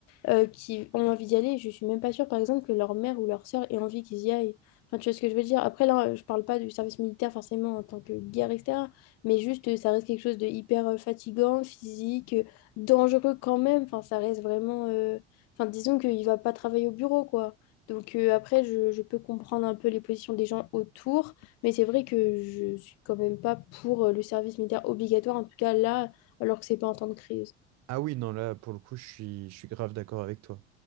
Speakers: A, on the left (about 50°); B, on the right (about 55°).
A: euh, qui ont envie d'y aller, je suis même pas sûre, par exemple, que leur mère ou leur sœur ait envie qu'ils y aillent. Enfin, tu vois ce que je veux dire? Après, là, je parle pas du service militaire forcément en tant que guerre, etc. Mais juste, euh, ça reste quelque chose de hyper euh, fatigant, physique dangereux quand même. Enfin, ça reste vraiment. euh, Enfin, disons qu'il va pas travailler au bureau, quoi. Donc euh, après, je, je peux comprendre un peu les positions des gens autour, mais c'est vrai que je suis quand même pas pour euh, le service militaire obligatoire, en tout cas là, alors que c'est pas en temps de crise.
B: Ah oui, non, là, pour le coup, je suis, je suis grave d'accord avec toi.